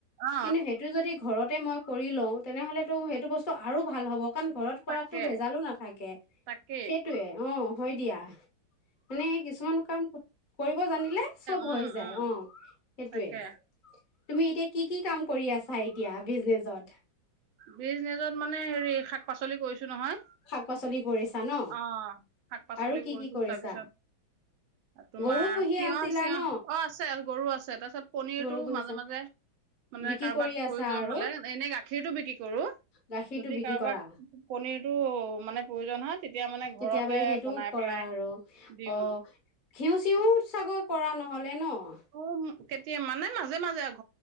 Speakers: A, on the right (about 80°); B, on the left (about 35°).
A: অ
B: কিন্তু সেইটো যদি ঘৰতে মই কৰি লওঁ, তেনেহ'লেতো সেইটো বস্তু আৰু ভাল হ'ব। কন ঘৰত
A: তাকে
B: কৰাত টো ভেজালো নাথাকে,
A: তাকেই
B: সেইটোৱে অ'। হয় দিয়া। মানে কিছুমান কাম কৰিব জানিলে চব
A: উম
B: হৈ যায়,
A: উম
B: অ সেইটোৱে।
A: তাকে
B: তুমি এতিয়া কি কি কাম কৰি আছা এতিয়া বিজনেজত?
A: বিজনেজত মানে হেৰি শাক-পাচলি কৰিছোঁ। ছো নহয়,
B: শাক পাচলি কৰিছা ন
A: অ শাক-পাচলিও
B: আৰু কি
A: কৰিছো
B: কি কৰিছা
A: তাৰপিছত তোমাৰ
B: গৰু পুহি
A: তিয়হ-চিয়হ,
B: আছিলা ন
A: অ আছে গৰু আছে তাৰপিছত পনীৰটো
B: গৰু পুহিছা
A: মাজে-মাজে মানে
B: বিক্ৰী
A: কাৰোবাক
B: কৰি
A: প্ৰয়োজন
B: আছা আৰু
A: হ'লে, এনে গাখীৰতটো বিক্ৰী কৰোঁ,
B: গাখীৰটো
A: যদি
B: বিক্ৰী
A: কাৰোবাক
B: কৰা
A: পনীৰ টো মানে প্ৰয়োজন হয়, তেতিয়া মানে ঘৰতে
B: তেতিয়া মানে সেইটোও
A: বনাই
B: কৰা
A: পেলাই
B: আৰু
A: দিওঁ
B: অ
A: আও।
B: ঘিউ, চিউও চাগে কৰা নহ'লে ন? অহ।
A: ত' কেতিয়া মানে মাজে-মাজে আ